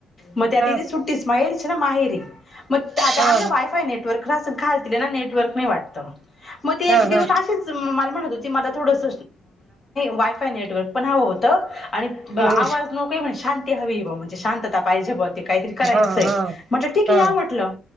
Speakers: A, on the left; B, on the right.
A: मग ते आता
B: हा
A: त इथे सुट्टीस माहेरीच ना माहेरी मग आता
B: हा
A: आमला वायफाय नेटवर्क राह घालतील ना नेटवर्क नाही वाटत मग ते
B: हा
A: एक दिवस
B: हा
A: असेच मला म्हणत होती मला थोडास वायफाय नेटवर् पण हवं होत आणि
B: हम्म
A: आवाज नकोय हवी म्हणजे शांतता पाहिजे काही तरी करायच
B: हा हा
A: म्हटलं ठीक
B: हा
A: आहे म्हटलं